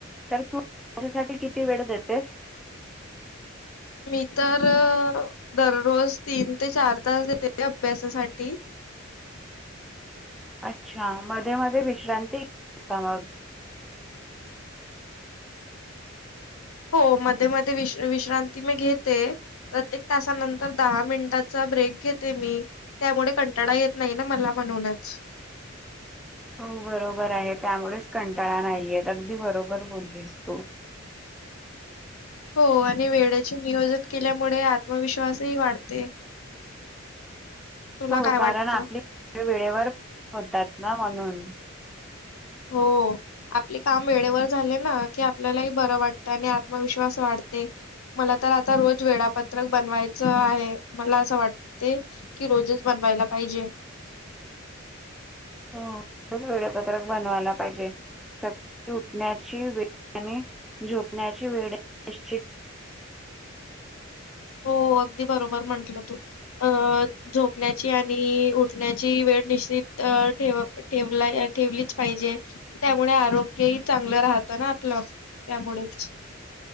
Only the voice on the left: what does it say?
मी तर दररोज तीन ते चार तास देते अभ्यासासाठी
हो मध्ये मध्ये विश-विश्रांती मी घेते. प्रत्येक तासानंतर दहा मिनिटाचा ब्रेक घेते मी. त्यामुडे कंटाडा येत नाही ना मला म्हणूनच
हो आणि वेडेचे नियोजन केड्यामुळे आत्मविश्वासही वाढते. तुला
काय वाटतं?
हो. आपले काम वेळेवर झाले न की आपल्यालाही बरं वाटतं आणि आत्मविश्वास वाढते. मला तर आता रोज वेळापत्रक बनवायचं आहे मला असं वाटते की रोजच बनवायला पाहिजे
हो अगदी बरोबर म्हटलं तू अ झोपण्याची आणि उठण्याची वेळ निश्चित ठेवा. ठेवला ठेवलीच पाहिजे त्यामुळे आरोग्यही चांगलं राहतं ना आपलं. त्यामुळेच